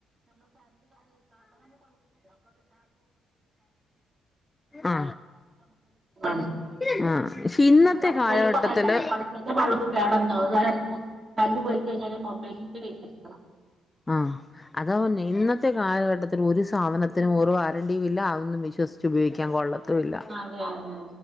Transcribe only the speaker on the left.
ആ
ആ
ഇന്നത്തെ കാലഘട്ടത്തില്
ആ അതാപന്നെ ഇന്നത്തെ കാലഘട്ടത്തിൽ ഒരു സാധനത്തിനും ഒരു വാറണ്ടിയും ഇല്ല അതൊന്നും വിശ്വസിച്ച് ഉപയോഗിക്കാൻ കൊള്ള തും ഇല്ല